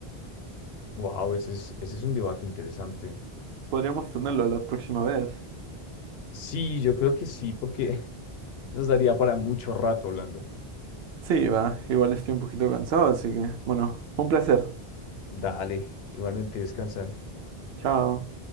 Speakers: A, on the left; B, on the right.
A: wow, ese es, ese es un debate interesante.
B: Podríamos tenerlo la próxima vez.
A: Sí, yo creo que sí, porque <laughs> nos daría para mucho rato hablando.
B: Sí, va, igual estoy un poquito cansado, así que, bueno, un placer.
A: Dale, igualmente descansa.
B: Chao.